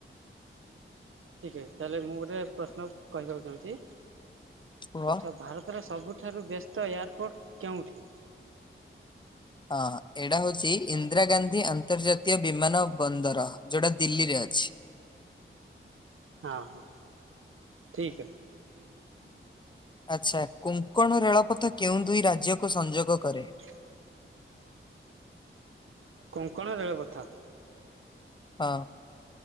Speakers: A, on the right; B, on the left.
A: ଠିକ୍ ଅଛି ତାହେଲେ ମୁଁ ଗୋଟେ ପ୍ରଶ୍ନ କହିବାକୁ ଚାହୁଁଛି
B: କୁହ।
A: ତ ଭାରତର ସବୁଠାରୁ ବ୍ୟସ୍ତ ଏୟାରପୋର୍ଟ କେଉଁଠି?
B: ହଁ ଏଇଟା ହଉଛି ଇନ୍ଦିରା ଗାନ୍ଧୀ ଅନ୍ତର୍ଜାତୀୟ ବିମାନ ବନ୍ଦର ଯୋଉଟା ଦିଲ୍ଲୀରେ ଅଛି।
A: ହଁ ହଁ ଠିକ୍ ଅ
B: ଆଛା କୋଙ୍କଣ ରେଳପଥ କେଉଁ
A: ହଉଥିଲା
B: ଦୁଇ ରାଜ୍ୟକୁ
A: ଏବେ
B: ସଂଯୋଗ କରେ?
A: ଗୋଟେ କାମକର କଙ୍କଣ ରେଳ ପଥ
B: ହଁ